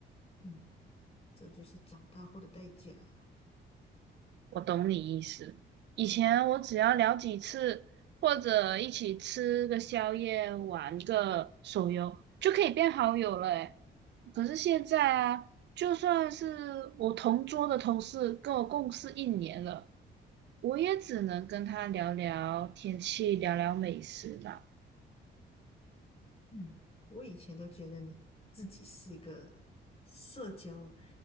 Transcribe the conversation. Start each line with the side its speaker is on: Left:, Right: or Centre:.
Left: 嗯。这就是长大后的代价。
Right: 我懂你意思。以前我只要聊几次，或者一起吃个宵夜、玩个手游，就可以变好友了诶。可是现在啊，就算是我同桌的同事，跟我共事一年了，我也只能跟他聊聊天气、聊聊美食啦。
Left: 嗯，我以前都觉得你自己是一个社交